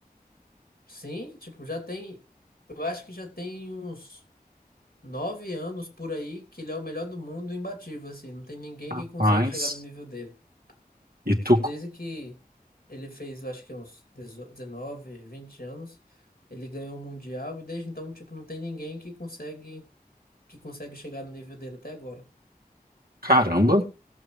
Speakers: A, on the left; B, on the right.
A: Sim, tipo, já tem. Eu acho que já tem uns nove anos por aí que ele é o melhor do mundo imbatível, assim. Não tem ninguém
B: Rapaz.
A: que consegue chegar no nível dele.
B: E tu,
A: Tipo, desde que ele fez, eu acho que uns 18, 19, 20 anos, ele ganhou o Mundial e desde então, tipo, não tem ninguém que consegue que consegue chegar no nível dele até agora.
B: caramba,